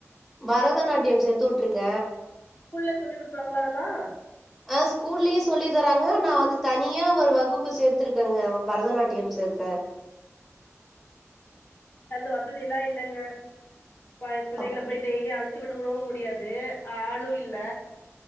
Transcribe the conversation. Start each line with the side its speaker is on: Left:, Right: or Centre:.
Centre: பரதநாட்டியம் சேத்து உட்ருக்க
Left: கூல்லே சொல்லி் குடுப்பாங்ளா அதல்லா
Centre: அ ஸ்கூல்லியு சொல்லி தராங்க நா வந்து தனியா ஒரு வகுப்பு சேத்துருக்கங்க வ பரதநாட்டியம் சேக்க
Left: அந்த வசதி எல்லா இல்லங்க பய புள்ளங்கள
Centre: அப்டி
Left: போய் டெய் லி அழச்சு கொண்டு உடவு முடியாது ஆளு இல்ல